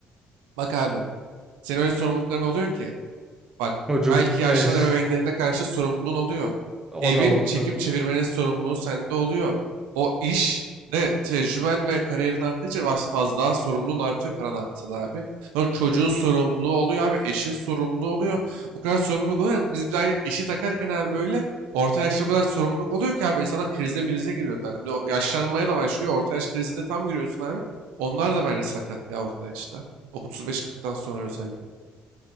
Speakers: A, on the right; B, on the right.
A: Bak abi senin öyle sorumlulukların oluyor ki. Bak,
B: Çocuk,
A: belki yaşlanan
B: eş
A: ebeveynlerine karşı sorumluluğun oluyor.
B: o
A: Evin
B: da var
A: çekip
B: tabii.
A: çevirmenin sorumluluğu sende oluyor. O iş de tecrüben ve kariyerin arttıkça bas- fazla daha sorumluluğun artıyor paran artsa da abi. Sonra çocuğun sorumluluğu oluyor abi. Eşin sorumluluğu oluyor. O kadar sorumluluk oluyor. ki Biz bir daha işi takarken abi böyle orta yaşta o kadar sorumluluk oluyor ki abi insanlar krize mirize giriyor. zaten. Bir de o yaşlanmaya da başlıyor. Orta yaş krizinde tam giriyorsun abi. Onlar da bence sakat ya orta yaşta. O 35-40'tan sonra özellikle.